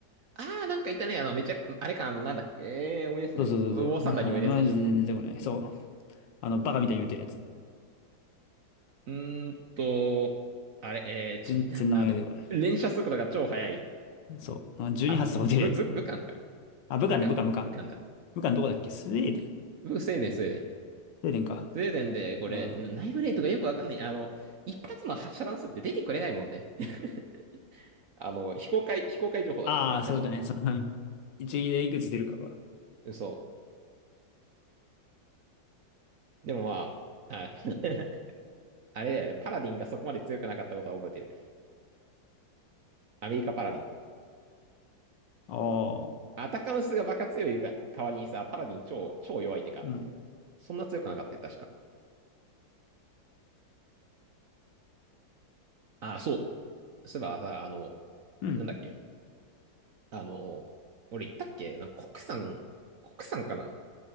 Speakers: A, on the right; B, on the left.
A: あ、ああ、なんかいたね。あの、めちゃく、あれか、あの、なんだっけ、ええー思い出せない。
B: そうそうそうそう。
A: ウォーサンダーにもいるやつでしょ。
B: な、まあ、全然出てこない。そう。あの、バカみたいに打てるやつ。
A: うーんと、あれ、ええちょっと、
B: 全然名前が出てこない。
A: <laughs> あの、連射速度が超速い。
B: そう。あ12発とか打てるやつ。
A: あ、ぶ、ぶ、ぶ、武漢か。
B: あ、武漢だ、
A: 武漢だ、
B: 武漢、武漢。
A: 武漢だ。
B: 武漢どこだっけスウェーデン。ス
A: ぶ、スウェーデン、スウェーデン。
B: ウェーデンか。
A: スウェーデンで、これ、
B: あそうん
A: 内部レートがよくわかんない。あの、一発の発射弾数って出てくれないもんね。<laughs> あの、非公開、非公開情報だからさ、
B: ああ、そういうことね。
A: 確か。
B: その、一撃でいくつ出るかが。
A: 嘘。でもまあ、あ <laughs> あれだよね。パラディンがそこまで強くなかったことは覚えてる。アメリカパラディン。
B: ああ、
A: アタカムスがバカ強い代わりにさ、パラディン超、超弱いってか、
B: うん。
A: そんな強くなかったよ、確か。ああ、そう。そういえばさ、あの、
B: うん。
A: なんだっけ。あの、俺言ったっけなんか国産、国産かな